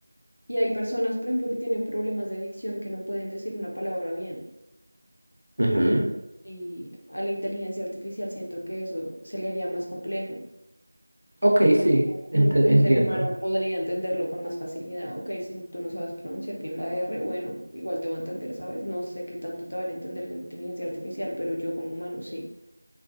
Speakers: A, on the left (about 65°); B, on the right (about 70°).
A: y hay personas, por ejemplo, que tienen problemas de dicción que no pueden decir una palabra bien
B: Ujú.
A: y a la inteligencia artificial siento que eso se le haría más complejo.
B: Ok,
A: En cambio,
B: sí, ent-
A: un, un
B: entiendo.
A: ser humano podría entenderlo con más facilidad. Ok, si tú no sabes pronunciar bien la R, bueno, igual te va a entender, ¿sabes? No sé qué tanto te va a entender la inteligencia artificial, pero yo como humano sí.